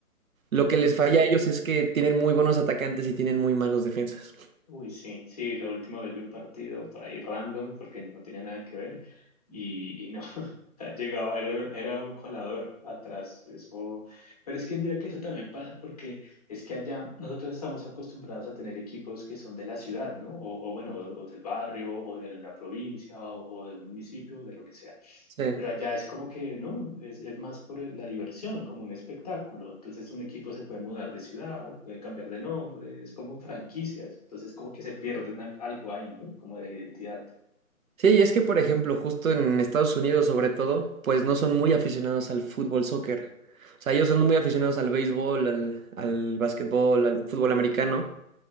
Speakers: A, on the left (about 25°); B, on the right (about 70°).
A: Mm,
B: Lo que les falla a ellos es que tienen muy buenos atacantes y tienen muy malos defensas.
A: Uy, sí, sí, la última vez vi un partido por ahí random porque no tenía nada que ver y, y no, <laughs> o sea, llegaba, era, era un colador atrás, eso, pero es que mira que eso también pasa porque es que allá nosotros estamos acostumbrados a tener equipos que son de la ciudad, ¿no? O, o bueno, o, del barrio, o de la provincia, o, o de un municipio, de lo que sea.
B: Sí.
A: Pero allá es como que, ¿no? Es, es más por el- la diversión, como un espectáculo. Entonces un equipo se puede mudar de ciudad, puede cambiar de nombre, es como franquicias. Entonces como que se pierde una, algo ahí, ¿no? Como de identidad.
B: Sí, y es que, por ejemplo, justo en Estados Unidos, sobre todo, pues no son muy aficionados al fútbol, soccer. O sea, ellos son muy aficionados al béisbol, al, al básquetbol, al fútbol americano.